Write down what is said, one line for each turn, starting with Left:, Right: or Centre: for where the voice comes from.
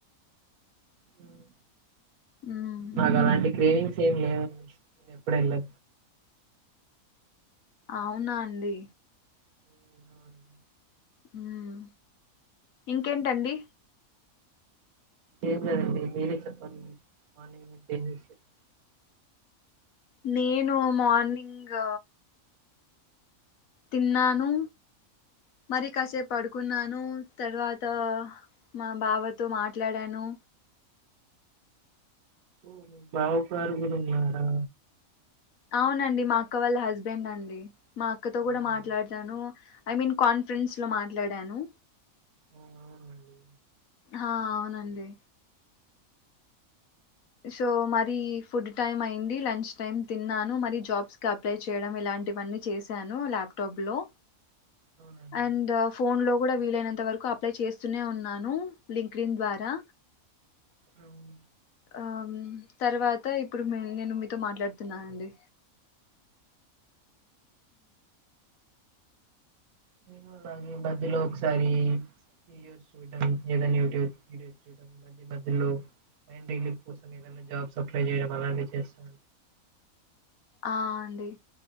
Right: హ్మ్.
Left: ఉమ్
Right: నాకు అలాంటి క్రేవంగ్ ఏం లేవండి ఎప్పుడు ఏళ్లను
Left: అవునా అండి
Right: హ్మ్. అవునండి.
Left: హ్మ్మ్ ఇంకేంటండి
Right: ఏమి లేదండి మీరే చెప్పాలి మార్నిగ్ నుండి ఏం చేసారో
Left: నేను మార్నింగ్ తిన్నాను మరి కాసేపు పడుకున్నాను తర్వాత మా బావతో మాట్లాడాను
Right: ఓ బావుకాడా ఉన్నారా
Left: అవునండి మా అక్క వాళ్ళ హస్బెండ్ అండి మా అక్కతో
Right: అవునా
Left: కూడా మాట్లాడతాను ఐ మీన్ కాన్ఫరెన్స్ లో మాట్లాడాను
Right: అవున అండి
Left: హా అవునండి సో మరి ఫుడ్ టైమ్ అయింది లంచ్ టైమ్ తిన్నాను మరి జాబ్స్ కి అప్లై చేయడం ఇలాంటివన్నీ చేశాను ల్యాప్టాప్ లో
Right: అవునండి
Left: అండ్ ఫోన్ లో కూడా వీలైనంత వరకు అప్లై చేస్తూనే ఉన్నాను లింక్ డిన్ ద్వారా
Right: అవున
Left: అం తర్వాత ఇప్పుడు నేను మీతో మాట్లాడుతున్నాన అండి
Right: నేను అలాగే మధ్యలో ఒకసారి వీడియో చూడడం ఏదన్నా యూట్యూబ్ వీడియో చూడడం మధ్య మధ్యలో మైండ్ రిలీఫ్ కోసం ఏదన్న జాబ్స్ అప్లై చేయడం అలానే చేస్తాను
Left: ఆ అండి